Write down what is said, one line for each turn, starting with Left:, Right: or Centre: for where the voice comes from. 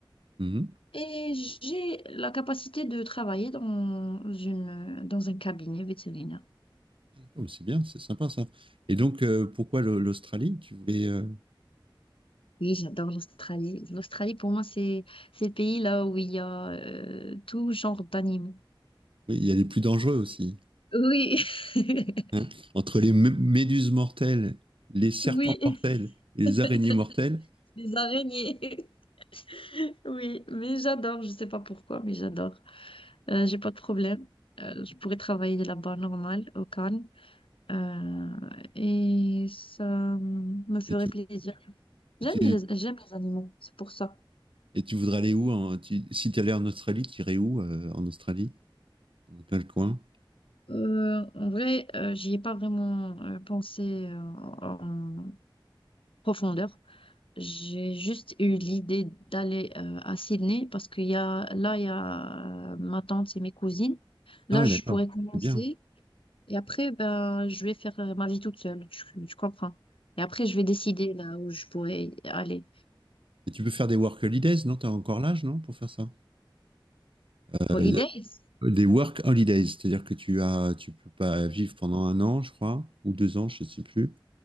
Right: Mhm.
Left: et j'ai la capacité de travailler dans une, dans un cabinet vétérinaire.
Right: D'accord, mais c'est bien, c'est sympa ça. Et donc, euh, pourquoi l'A- l'Australie? Tu voulais. euh,
Left: Oui, j'adore l'Australie. L'Australie, pour moi, c'est, c'est le pays là où il y a euh, tout genre d'animaux.
Right: Oui, il y a les plus dangereux aussi.
Left: Oui, <laughs>
Right: hein. Entre les mé- méduses mortelles, les serpents
Left: oui,
Right: mortels et les
Left: <laughs>
Right: araignées mortelles.
Left: les araignées. <laughs> Oui, mais j'adore, je sais pas pourquoi, mais j'adore. Euh, j'ai pas de problème. Euh, je pourrais travailler là-bas normal, au calme. Euh, et ça me ferait
Right: Et tu,
Left: plaisir.
Right: et
Left: J'aime
Right: tu,
Left: les, j'aime les animaux, c'est pour ça.
Right: et tu voudrais aller où en- tu- si tu allais en Australie, tu irais où euh, en Australie? Dans quel coin?
Left: Euh, en vrai, euh, j'y ai pas vraiment euh, pensé euh, en en profondeur. J'ai juste eu l'idée d'aller euh, à Sydney parce qu'il y a là il y a euh, ma tante et mes cousines. Là
Right: Ah oui,
Left: je
Right: d'accord.
Left: pourrais commencer
Right: C'est bien.
Left: et après ben je vais faire euh, ma vie toute seule. Tu, tu comprends? Et après je vais décider là où je pourrais aller.
Right: Et tu peux faire des work holidays, non? Tu as encore l'âge, non, pour faire ça? Euh,
Left: Holidays?
Right: des work holidays, c'est-à-dire que tu as, tu peux pas vivre pendant un an, je crois, ou deux ans, je ne sais plus.